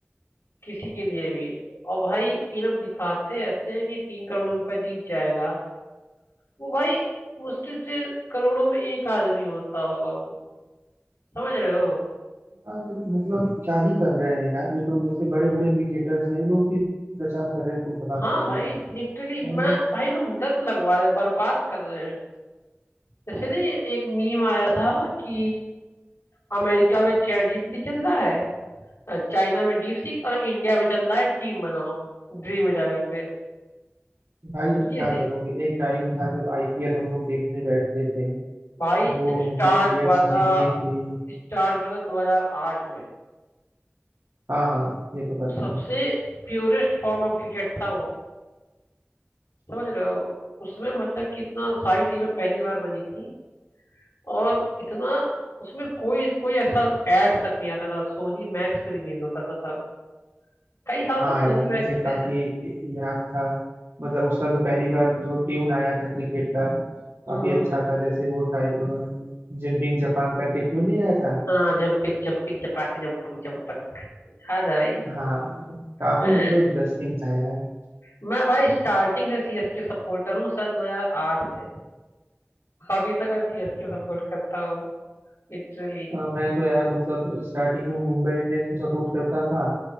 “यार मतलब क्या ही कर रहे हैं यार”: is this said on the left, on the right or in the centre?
Right